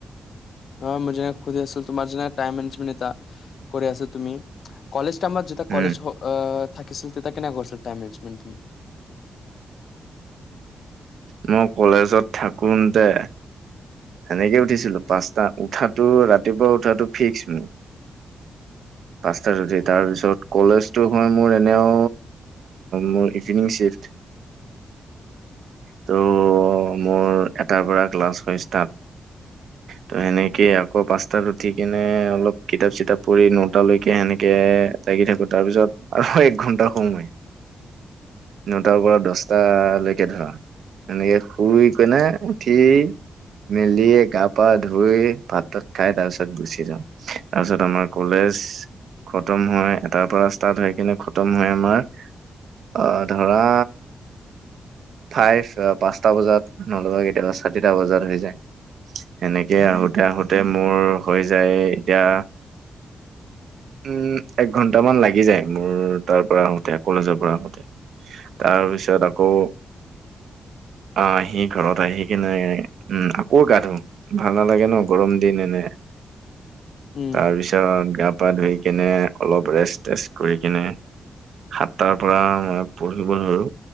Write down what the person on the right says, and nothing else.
উম
মই কলেজত থাকোন তে সেনেকে উঠিছিলো পাঁচ টা ত উঠো ৰাতিপুৱা উঠা ফিক্স মোৰ, পঁচাত উঠি তাৰ পিছত কলেজটো হয় মোৰ এনেও মোৰ ইভিনিংচিফ্ট ত মোৰ এটাৰ পৰা ক্লাছ হয় ষ্চাট। ত সেনেকে আকৌ পাঁচটাত উঠি কেনে অলপ কিতাপ চিতাপ পঢ নটালৈকে সেনেকে লাগি থাকো তাৰপিছত আৰু এক ঘন্টা <unintelligible> নটাৰ পৰা দছটা ভালকে ধৰা এনেকে শুই কেনে উঠি মেলিয়ে গা পা ধুই ভাত তাত খাই তাৰ পিছত গুচি যাওঁ তাৰপিছত আমাৰ কলেজ খতম হয় এটাৰ পৰা ষ্টাৰ্ট হৈ কিনে খতম হয় আমাৰ আহ ধৰা ফাইভ পাঁচটা বজাত নলবা কেতিয়াবা চাৰিটা বজাত হৈ যায়। সেনেকে আহোতে আহোতে মোৰ হৈ যায় এতিয়া উম, এক ঘন্টামান লাগি যায় মোৰ তাৰ পৰা আহোতে কলেজৰ পৰা আহোতে তাৰ পিছত আকৌ আহ আহি ঘৰত আহি কিনে উম, আকৌ গা ধো ভাল নালাগে ন গৰম দিন এনে
তাৰপিছত গা- তপা ধুই কেনে অলপ ৰেষ্ট টেষ্ট কৰি কিনে সাতটাৰ পৰা ম পঢ়িব ধলো